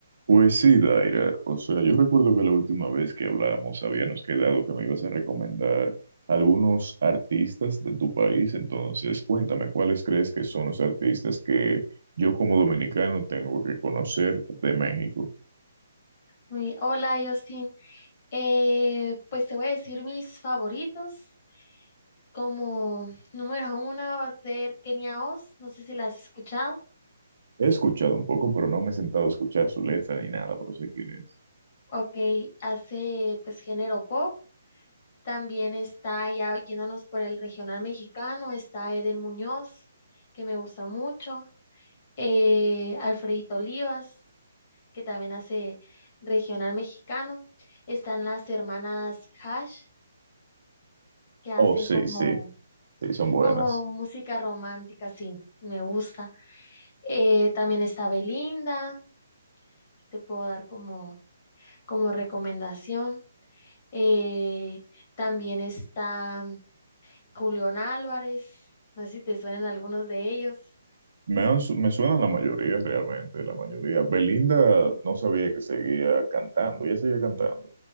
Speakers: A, on the right; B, on the left.
A: Pues sí, Daira. O sea, yo recuerdo que la última vez que hablábamos habíamos quedado que me ibas a recomendar algunos artistas de tu país. Entonces, cuéntame, ¿cuáles crees que son los artistas que yo como dominicano tengo que conocer de México?
B: Muy bien. Hola, Justin. Eh, pues te voy a decir mis favoritos. Como número uno va a ser Kenia Oz. No sé si la has escuchado.
A: He escuchado un poco, pero no me he sentado a escuchar su letra ni nada, pero sé quién es.
B: Ok, hace pues género pop. También está ya yéndonos por el regional mexicano. Está Eder Muñoz, que me gusta mucho. Eh, Alfredito Olivas, que también hace regional mexicano. Están las hermanas Hash, que hacen
A: Oh, sí,
B: como
A: sí, sí, son buenas.
B: Como música romántica, sí, me gusta. Eh, también está Belinda, te puedo dar como, como recomendación. Eh, también está Julián Álvarez, no sé si te suenan algunos de ellos.
A: Me, han su- me suenan la mayoría, realmente, la mayoría. Belinda no sabía que seguía cantando, ya seguía cantando.